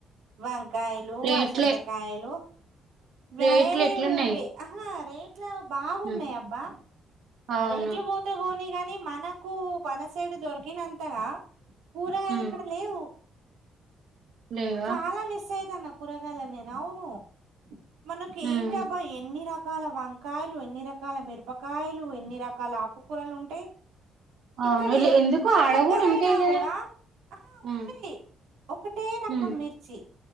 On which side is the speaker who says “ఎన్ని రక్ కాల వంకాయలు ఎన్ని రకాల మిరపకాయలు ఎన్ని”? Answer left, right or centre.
Right